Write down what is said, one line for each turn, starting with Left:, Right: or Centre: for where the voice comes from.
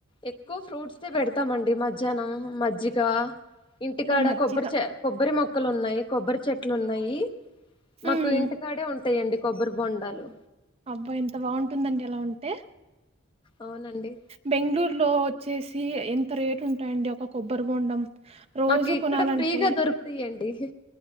Left: ఎక్కువ ఫ్రూట్స్యే పెడతామండి మధ్యాహ్నం మజ్జిగ ఇంటికాడ
Right: ఆ! మజ్జిగ.
Left: కొబ్బరి చె కొబ్బరి మొక్కలు ఉన్నాయి కొబ్బరి చెట్లు ఉన్నాయి
Right: హ్మ్.
Left: మాకు ఇంటికాడే ఉంటాయండి కొబ్బరి బొండాలు
Right: అబ్బా ఎంత బాగుంటుందండి అలా ఉంటే
Left: అవునండి
Right: బెంగళూరులో వచ్చేసి ఎంత రేటు ఉంటాయండి ఒక కొబ్బరి బోండం రోజు
Left: మాకు ఇక్కడ
Right: కొనాలంటే
Left: ఫ్రీగా దొరుకుతాయండి